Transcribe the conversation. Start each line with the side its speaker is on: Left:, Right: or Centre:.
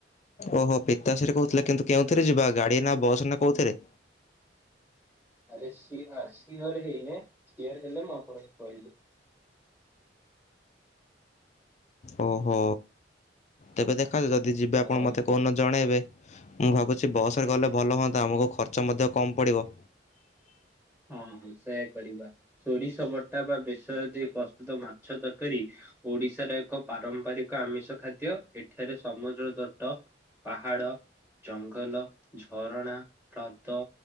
Left: ଓହୋ ପିତା ସେଠ କହୁଥିଲେ କିନ୍ତୁ କେଉଁଥିରେ ଯିବା ଗାଡି ନା ବସ୍ ନା କୋଉଥିରେ?
Centre: ଆରେ ସିଆ ସିଅର୍ ହେଇନି ସିଅର୍ ହେଲେ ମୁଁ ଆପଣଙ୍କୁ କହିବି।
Left: ଓହୋ ତେବେ ଦେଖ ଯାଉ ଯିବେ ଆପଣ
Centre: ଓହୋ
Left: ମତେ କୋଉଦିନ ଜଣେଇବେ। ମୁଁ ଭାବୁଛି ବସରେ
Centre: ଆଜ୍ଞା।
Left: ଗଲେ ଭଲ ହୁଅନ୍ତା ଆମକୁ ଖର୍ଚ୍ଚ ମଧ୍ୟ କମ ପଡ଼ିବ।
Centre: ହଁ ହଁ ସେଇୟା କରିବା ସୋରିଷ ବଟା ବା ବେସର ଦେଇ ପ୍ରସ୍ତୁତ ମାଛ ତରକାରୀ ଓଡିଶାର ଏକ ପାରମ୍ପରିକ ଆମିଷ ଖାଦ୍ୟ ଏଠାରେ ସମୁଦ୍ର ତ୍ତଟ ପାହାଡ଼। ଜଙ୍ଗଲ ଝରଣା ହ୍ରଦ